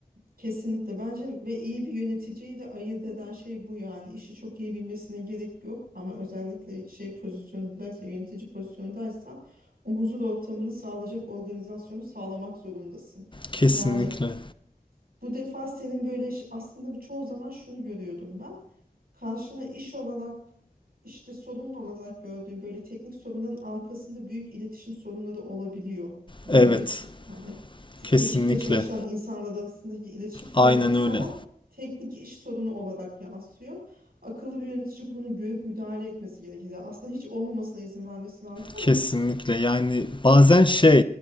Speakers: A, on the right; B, on the left.
A: Kesinlikle bence ve iyi bir yöneticiyi de ayırt eden şey bu yani işi çok iyi bilmesine gerek yok ama özellikle şey pozisyonundaysa yönetici pozisyondaysan o huzur ortamını sağlayacak organizasyonu sağlamak zorundasın.
B: Kesinlikle.
A: Yani bu defa senin böyle iş- aslında çoğu zaman şunu görüyordum ben. Karşına iş olarak işte sorun olarak gördüğüm böyle teknik sorunların arkasında büyük iletişim sorunları olabiliyor. Birimde
B: Evet,
A: çi- yani te-
B: kesinlikle.
A: ekipte çalışan insanlar arasındaki iletişim sorunları
B: Aynen
A: sana
B: öyle.
A: teknik iş sorunu olarak yansıyor. Akıllı bir yönetici bunu görüp müdahale etmesi gerekir. Yani Aslında hiç olmamasına izin vermesi lazım ama.
B: Kesinlikle yani bazen şey